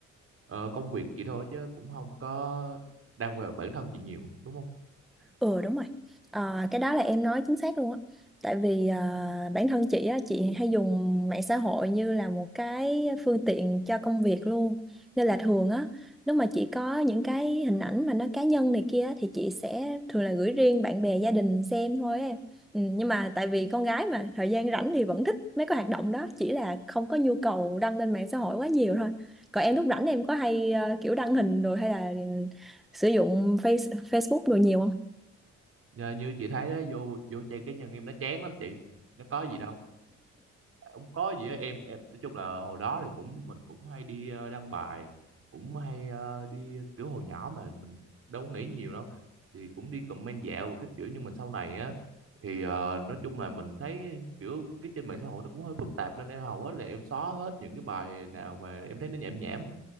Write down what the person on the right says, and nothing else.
ờ, công việc chị thôi chứ cũng không có đăng về bản thân chị nhiều đúng không
Nhờ như chị thấy đó vô vô trang cá nhân em nó chán lắm chị nó có gì đâu không có gì á em em nói chung là hồi đó thì cũng mình cũng hay đi ờ, đăng bài cũng hay ờ, đi kiểu hồi nhỏ mà mình đâu có nghĩ nhiều đâu thì cũng đi comment dạo và các kiểu nhưng mà sau này á thì ờ, nói chung là mình thấy kiểu cái trên mạng xã hội nó cũng hơi phức tạp nên em hầu hết là em xóa hết những cái bài nào mà em thấy nó nhảm nhảm